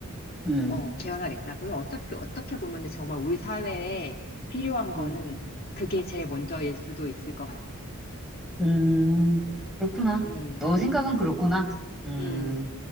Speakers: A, in the centre; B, on the left (about 45°).
A: 음,
B: 어, 개헌하겠다. 그리고 어차피 어떻게 보면은 정말 우리 사회에 필요한 거는
A: 음,
B: 그게 제일 먼저일 수도 있을 것 같아.
A: 음. 그렇구나.
B: 음,
A: 너
B: 음,
A: 생각은 그렇구나. 음.
B: 음.